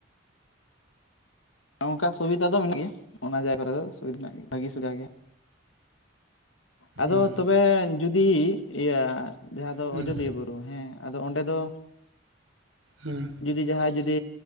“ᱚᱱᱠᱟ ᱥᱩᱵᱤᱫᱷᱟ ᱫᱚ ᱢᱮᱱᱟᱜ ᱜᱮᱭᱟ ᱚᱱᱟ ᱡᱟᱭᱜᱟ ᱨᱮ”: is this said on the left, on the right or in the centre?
Left